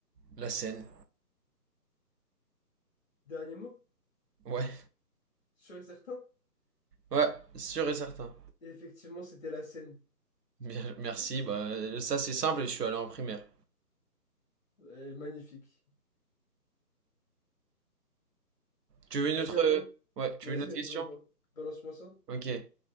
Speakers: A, on the right; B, on the left.
A: La scène.
B: Dernier mot,
A: Ouais.
B: sûr et certain?
A: Ouais, sûr et certain.
B: Et effectivement, c'était la Seine.
A: Bien, merci. Bah ça c'est simple et je suis allé en primaire.
B: Euh, magnifique.
A: Tu veux une
B: Vas-y,
A: autre...
B: à
A: euh,
B: toi.
A: Ouais, tu
B: Vas-y,
A: veux une autre question?
B: ba- ba- balance-moi ça.
A: Ok.